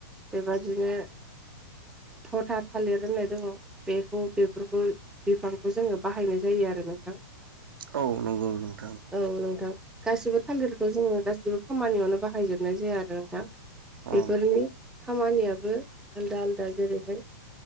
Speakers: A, in the centre; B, on the right.
A: बेबादिनो थथा थालिर होननाय दङ' बेखौ बेफोरखौ बिफांखौ जोङो बाहायनाय जायो आरो नोंथां
B: औ नंगौ नंगौ
A: औ नोंथां गासिबो थालिरखौ जोङो गासिबो खामानियावनो बाहायजोबनाय जाया आरो नोंथां
B: औ
A: बेफोरनि खामानियाबो आलदा आलदा जेरैहाय